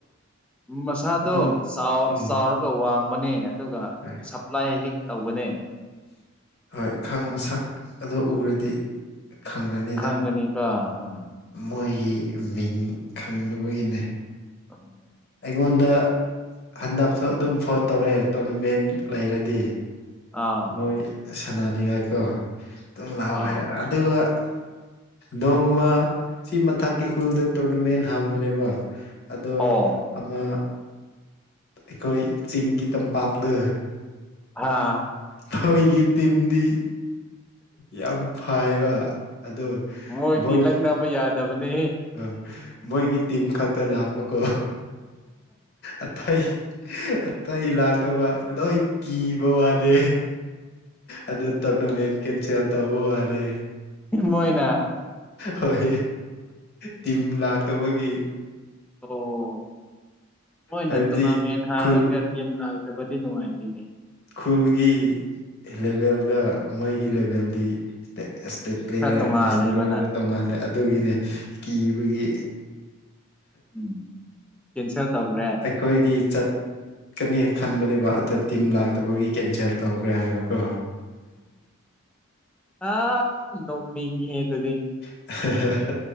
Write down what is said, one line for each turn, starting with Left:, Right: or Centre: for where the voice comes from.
Centre: ꯃꯁꯥꯗꯣ
Left: ꯑꯗꯨꯝ ꯎꯝ
Centre: ꯆꯥꯎꯔꯒ ꯋꯥꯡ ꯇꯅꯦ ꯑꯗꯨꯒ
Left: ꯍꯣꯏ
Centre: ꯁꯄ꯭ꯂꯥꯏ ꯍꯦꯛ ꯇꯧꯕꯅꯦ
Left: ꯍꯣꯏ ꯈ ꯃꯁꯛ ꯑꯗꯣ ꯎꯔꯗꯤ ꯈꯪꯒꯅꯤꯗ
Centre: ꯈꯪꯒꯅꯤ ꯀꯥ ꯍꯥ
Left: ꯃꯣꯏꯒꯤ ꯃꯤꯡ ꯈꯪꯗꯅꯕꯒꯤꯅꯦ
Centre: ꯎꯝ
Left: ꯑꯩꯉꯣꯟꯗ ꯍꯟꯗꯛꯁꯨ ꯑꯗꯨꯝ ꯐꯣꯟ ꯇꯧꯔꯛꯑꯦ ꯇꯣꯔꯅꯃꯦꯟ ꯂꯩꯔꯗꯤ
Centre: ꯑꯥ
Left: ꯃꯣꯏ ꯁꯥꯟꯅꯅꯤꯡꯉꯥꯏ ꯀꯣ ꯑꯗꯨꯝ ꯂꯥꯛꯑꯣ
Centre: ꯑꯥꯎ
Left: ꯍꯥꯏꯔꯛ ꯑꯗꯨꯒ ꯅꯣꯡꯃ ꯁꯤ ꯃꯊꯛꯀꯤ ꯈꯨꯜꯗ ꯇꯣꯔꯅꯃꯦꯟ ꯍꯥꯡꯕꯅꯦꯕ ꯑꯗꯣ
Centre: ꯑꯣ
Left: ꯑꯃ ꯑꯩꯈꯣꯏ ꯆꯤꯡꯒꯤ ꯇꯝꯄꯥꯛꯅ
Centre: ꯍꯥ
Left: ꯊꯣꯏꯒꯤ ꯇꯦꯝꯗꯤ ꯌꯥꯝ ꯐꯕ ꯑꯗꯣ
Centre: ꯃꯣꯏꯗꯤ
Left: ꯃꯣꯏꯒꯤ
Centre: ꯂꯛꯅꯕ ꯌꯥꯗꯕꯅꯦ
Left: ꯑꯝ ꯃꯣꯏꯒꯤ ꯇꯤꯝ ꯈꯛꯇ ꯂꯥꯛꯄꯀꯣ ꯑꯇꯩꯇꯩ ꯂꯥꯛꯇꯕ ꯂꯣꯏ ꯀꯤꯕ ꯋꯥꯗꯦ ꯑꯗꯨꯗ ꯇꯧꯅ ꯃꯦꯟ ꯀꯟꯁ ꯍꯦꯜꯇꯥꯎ ꯑꯗꯦ
Centre: ꯃꯣꯏꯅꯥ
Left: ꯍꯣꯏ ꯇꯤꯝ ꯂꯥꯛꯇꯕꯒꯤ
Centre: ꯑꯣ ꯍꯣꯏꯅ
Left: ꯍꯥꯏꯕꯗꯤ
Centre: ꯇꯣꯔꯅꯥꯃꯦꯟ ꯍꯥꯡꯔꯒ
Left: ꯈꯨꯜ
Centre: ꯤꯝ ꯂꯥꯛꯇꯕꯗꯤ ꯅꯨꯡꯉꯥꯏꯇꯦ <unintelligible>
Left: ꯁ꯭ꯀꯨꯜꯒꯤ ꯂꯦꯚꯦꯜꯒ ꯃꯣꯏꯒꯤ ꯂꯦꯚꯦꯜꯗꯤ ꯏꯁꯇꯦꯠ ꯄ꯭ꯂꯦꯌꯔ
Centre: ꯈꯔ ꯇꯣꯡꯉꯥꯜꯂꯦꯕ
Left: ꯅꯦꯁꯅꯦꯜ ꯄ꯭ꯂꯦꯌꯔꯗ
Centre: ꯅꯪ
Left: ꯇꯣꯡꯉꯥꯜꯂꯦ ꯑꯗꯨꯒꯤꯅꯦ ꯀꯤꯕꯒꯤ
Centre: ꯎꯝ ꯀꯦꯟꯁꯦꯜ ꯇꯧꯈ꯭ꯔꯦ
Left: ꯑꯩꯈꯣꯏꯗꯤ ꯆꯠꯀꯅꯤ ꯈꯟꯕꯅꯦꯕ ꯑꯗꯣ ꯇꯤꯝ ꯂꯥꯛꯇꯕꯒꯤ ꯀꯦꯟꯁꯦꯜ ꯇꯧꯈ꯭ꯔꯦ ꯍꯥꯏꯕꯀꯣ
Centre: ꯑꯥ ꯅꯣꯛꯅꯤꯡꯉꯍꯦ ꯑꯗꯨꯗꯤ
Left: <inaudible>